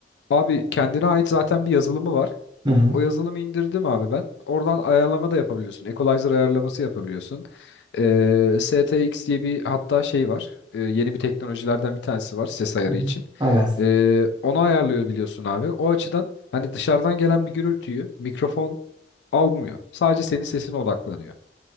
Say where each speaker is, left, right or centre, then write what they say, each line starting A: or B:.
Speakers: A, on the left (about 70°); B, on the right (about 25°).
A: Abi kendine ait zaten bir yazılımı var.
B: Hı hı.
A: O yazılımı indirdim abi ben. Oradan ayarlama da yapabiliyorsun. Equalizer ayarlaması yapabiliyorsun. Ee, STX diye bir hatta şey var. Ee, yeni bir teknolojilerden bir tanesi var ses ayarı
B: Hı hı.
A: için.
B: Evet.
A: Ee, onu ayarlıyor biliyorsun abi. O açıdan hani dışarıdan gelen bir gürültüyü mikrofon almıyor. Sadece senin sesine odaklanıyor.